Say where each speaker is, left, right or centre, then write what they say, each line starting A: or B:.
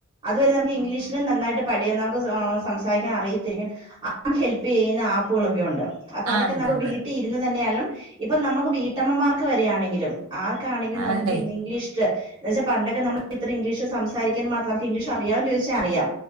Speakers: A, on the right (about 20°); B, on the right (about 85°).
A: അതുപോലെ നമുക്ക് ഇംഗ്ലീഷ് ഇതിനും നന്നായിട്ട് പടിയാന്ന് നമുക്ക് സംസാരിക്കാൻ അറിയത്തില്ലെങ്കിൽ ആ ഹെൽപ് ചെയ്യുന്ന ആപ്പുകളൊക്കെ ഉണ്ട് അപ്പൊ അതൊക്കെ
B: ആഹ് ഉണ്ട്
A: നമ്മ
B: ഉണ്ട്
A: വീട്ടിൽ ഇരുന്ന് തന്നെയാലും ഇപ്പൊ നമുക്ക് വീട്ടമ്മമാർക്ക് വരയാണെങ്കിലും ആർക്കാണെങ്കിലും
B: ആഹ്
A: നമുക്ക്
B: ഉണ്ടേ
A: ഇന്ന് ഇംഗ്ലീഷില് എന്ന വെച്ചാ പണ്ടക്കെ നമ്മള് ഇത്ര ഇംഗ്ലീഷ്സംസാരിക്കാൻ മാത്രം നമ്മക്ക് ഇംഗ്ലീഷ്അറിയാവൊന്ന് ചോദിച്ചാആറിയാം